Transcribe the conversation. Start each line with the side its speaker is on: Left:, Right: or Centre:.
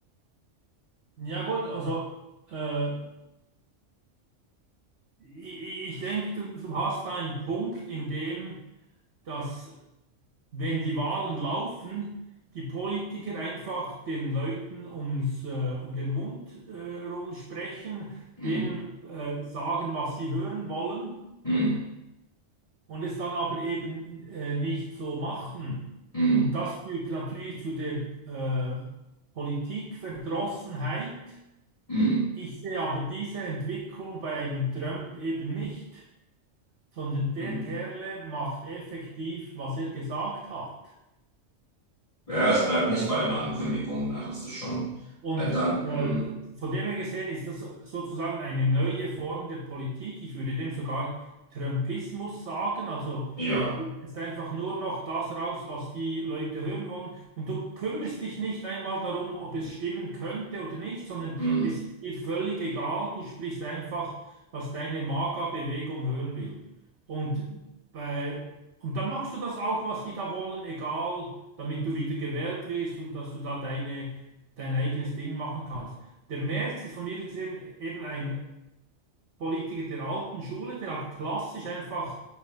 Right: Ja gut, also äh, ich, ich denke, du, du hast da einen Punkt, in dem, dass wenn die Wahlen laufen, die Politiker einfach den Leuten ums, äh, um den Mund äh, rum sprechen,
Left: Hm,
Right: denen äh, sagen, was sie hören wollen.
Left: hm,
Right: und es dann aber eben äh, nicht so machen.
Left: hm,
Right: Und das führt natürlich zu der äh, Politikverdrossenheit.
Left: hm,
Right: Ich sehe aber diese Entwicklung bei einem Trump eben nicht, sondern der
Left: hm.
Right: Kerle macht effektiv, was er gesagt hat.
Left: Ja, es bleibt nicht bei den Ankündigungen, ne? Das ist schon.
Right: Und
Left: Äh, dann,
Right: äh,
Left: mh,
Right: von dem her gesehen ist das sozusagen eine neue Form der Politik. Ich würde dem sogar Trumpismus sagen. Also
Left: ja,
Right: du lässt einfach nur noch das raus, was die Leute hören wollen. Und du kümmerst dich nicht einmal darum, ob es stimmen könnte oder nicht, sondern
Left: mh,
Right: es ist dir völlig egal. Du sprichst einfach, was deine Magerbewegung hören will. Und, bei, und dann machst du das auch, was die da wollen, egal, damit du wieder gewählt wirst und dass du da deine dein eigenes Ding machen kannst. Der Merz ist von mir gesehen eben ein Politiker der alten Schule, der hat klassisch einfach